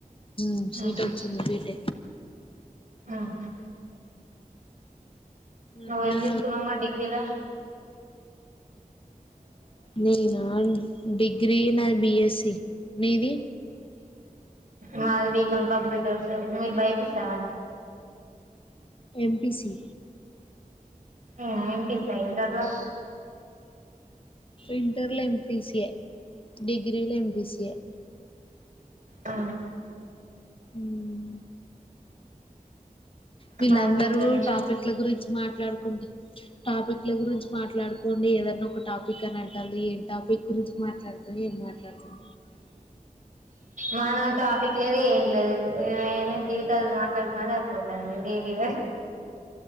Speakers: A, on the left (about 40°); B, on the right (about 60°).
A: ఉమ్ సీట్
B: ఆహా
A: ఒచ్చింది బీటెక్. హ్మ్
B: ఆహా నువ్వు
A: అట్లా
B: ఏం తీసుకున్నవు మరి డిగ్రీలా.
A: నేనా డిగ్రీ నాది బీఎస్సి. నీది?
B: నాది బీకాం కంప్యూటర్స్. మీరు బైపీసా.
A: ఎం. పీ. సి
B: ఆహా ఏం. పీ. సా ఇంటర్లా.
A: ఇంటర్లో ఎం. పీ. సి ఏ, డిగ్రీలో ఎం. పీ. సి ఏ
B: ఆ
A: ఉమ్ వీళ్ళందరూ
B: మాది బీకాం
A: టాపిక్ల గురించి మాట్లాడుకుంటా టాపిక్ ల గురించి మాట్లాడుకోండి ఏదన్న ఒకట్ టాపిక్ అని అంటాళ్ళు ఏం టాపిక్ గురించి మాట్లాడుతాం ఏం మాట్లాడుతాం
B: మనం టాపిక్ లేదూ ఏం లేదు ఏమైన జీవితాలు మాట్లాడుకునేదె సరిపోతాది డైలీ